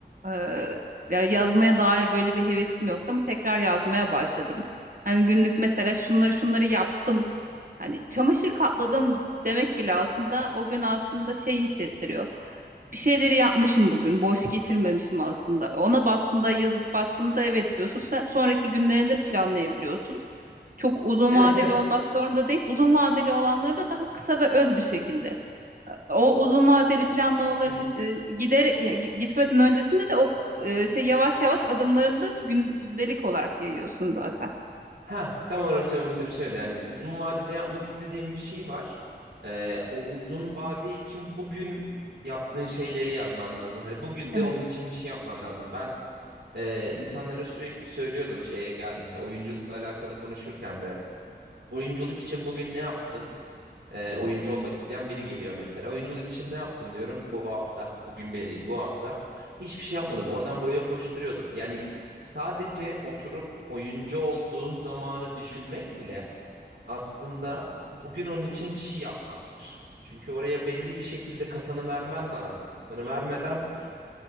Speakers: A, on the right; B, on the right.
A: Ee, ya yazmaya dair böyle bir hevesim yoktu ama tekrar yazmaya başladım. Hani günlük mesela şunları şunları yaptım. Hani çamaşır katladım demek bile aslında o gün aslında şey hissettiriyor. Bir şeyleri yapmışım bugün. Boş geçirmemişim aslında. Ona baktığında, yazıp baktığında evet diyorsun. Sen- Sonraki günlerini de planlayabiliyorsun. Çok uzun
B: Evet
A: vadeli
B: evet.
A: olmak zorunda değil. Uzun vadeli olanları da daha kısa ve öz bir şekilde. O uzun vadeli planlamaların
B: Uz
A: e, giderek e, gi- gitmeden öncesinde de o e, şey yavaş yavaş adımlarını da gündelik olarak yayıyorsun zaten.
B: Heh, tam olarak söylemek istediğim şey oydu. Yani uzun vadede yapmak istediğim bir şey var. Ee, o uzun vade için bugün yaptığın şeyleri yazman lazım. Hani bugün
A: Evet.
B: de onun için bir şey yapman lazım. Ben Ee, insanlara sürekli söylüyordum şeye geldiğimizde oyunculukla alakalı konuşurken de. Oyunculuk için bugün ne yaptın? Ee, oyuncu olmak isteyen biri geliyor mesela. Oyunculuk için ne yaptın diyorum bu hafta. Bugün bile değil bu hafta. Hiçbir şey yapmadım. Oradan buraya koşturuyordum. Yani sadece oturup oyuncu olduğun zamanı düşünmek bile aslında bugün onun için bir şey yapmaktır. Çünkü oraya belli bir şekilde kafanı vermen lazım. Kafanı vermeden